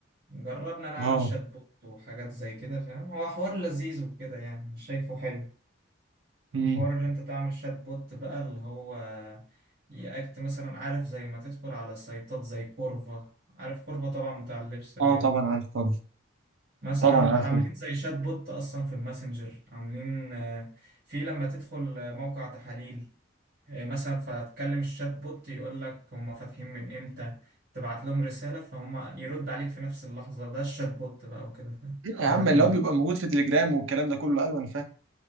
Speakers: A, on the right (about 50°); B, on the right (about 85°).
A: جربنا نعمل
B: اه
A: شات بوت وحاجات زي كده فاهم هو حوار لذيذ وكده يعني مش شايفه حلو
B: امم
A: حوار اللي انت تعمل شات بوت بقى اللي هو يأكت مثلا عارف زي ما تدخل على سايتات زي كورفا عارف كورفا طبعا بتاع اللبس الرياضي
B: اه طبعا
A: والحاجات
B: عارف
A: دي.
B: طبعا
A: مثلا
B: طبعا عارف
A: عاملين
B: طبعا
A: زي شات بوت اصلا في الماسنجر عاملين آه، في لما تدخل آه، موقع تحاليل آه، مثلا فتكلم الشات بوت يقول لك هم فاتحين من امتى تبعت لهم رسالة فهم يرد عليك في نفس اللحظة ده الشات بوت بقى وكده فاهم
B: إيه
A: اللي
B: يا عم
A: احنا كنا
B: اللي هو
A: بن-
B: بيبقى موجود في تليجرام والكلام ده كله ايوه انا فاهم